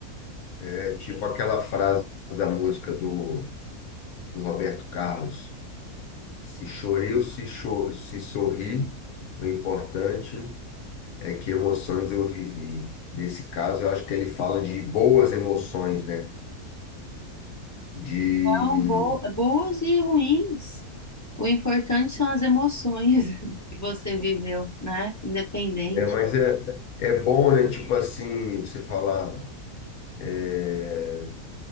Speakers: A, on the left (about 75°); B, on the left (about 15°).
A: É tipo aquela frase da música do, do Roberto Carlos: se chorei ou se, cho se sorri, o importante é que emoções eu vivi. Nesse caso, eu acho que ele fala de boas emoções, né? De.
B: Então, bo- boas e ruins. O importante são as emoções <laughs> que você viveu, né? Independente.
A: É, mas é, é bom, né? Tipo assim, você falar. é,